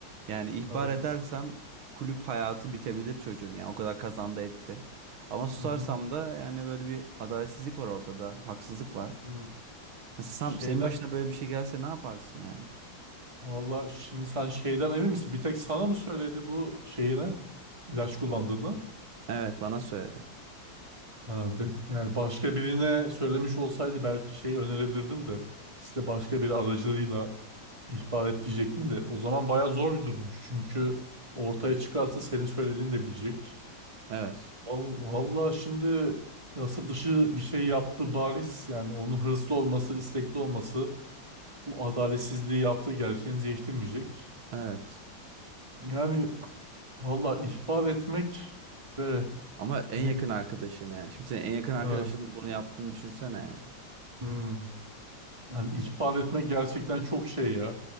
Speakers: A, on the right (about 85°); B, on the right (about 15°).
A: Yani ihbar
B: Evet.
A: edersem kulüp hayatı bitebilir çocuğun yani o kadar kazandı etti. Ama susarsam
B: Hı hı.
A: da yani böyle bir adaletsizlik var ortada. Haksızlık var.
B: Hı.
A: Mesela
B: Şeyden.
A: sen, senin başına böyle bir şey gelse ne yaparsın yani?
B: Vallahi şimdi sen şeyden emin misin? Bir tek sana mı söyledi bu şeyine ilaç kullandığını?
A: Evet bana söyledi.
B: Ha, de, yani başka birine söylemiş olsaydı belki şey önerebilirdim de işte başka bir aracılığıyla ihbar et diyecektim de o zaman bayağı zor bir durummuş. Çünkü ortaya çıkarsa senin söylediğini de bilecek.
A: Evet.
B: Val- Vallahi şimdi yasa dışı bir şey yaptı bariz. Yani onun hırslı olması, istekli olması bu adaletsizliği yaptığı gerçeğini değiştirmeyecek.
A: Evet.
B: Yani vallahi ihbar etmek de
A: Ama en
B: ne?
A: yakın arkadaşım yani. Şimdi senin en yakın arkadaşın
B: Evet.
A: bunu yaptığını düşünsene yani.
B: Hmm. Yani ihbar etmek gerçekten çok şey ya.